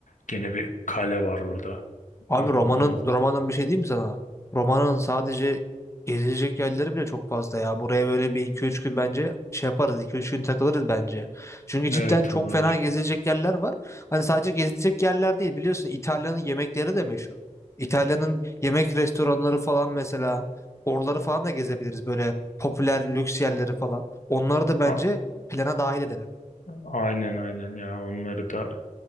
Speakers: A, on the left (about 70°); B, on the left (about 20°).
A: gene bir kale var orada.
B: Abi
A: O,
B: romanın
A: onu
B: romanın bir şey değil mi sana? Romanın sadece gezilecek yerleri bile çok fazla ya. Buraya böyle bir iki üç gün bence şey yaparız. iki üç gün takılırız bence. Çünkü cidden
A: evet
B: çok
A: olur.
B: fena gezilecek yerler var. Hani sadece gezilecek yerler değil biliyorsun İtalya'nın yemekleri de meşhur. İtalya'nın yemek restoranları falan mesela oraları falan da gezebiliriz böyle popüler lüks yerleri falan. Onları da bence
A: A-
B: plana dahil edelim.
A: aynen aynen ya onları da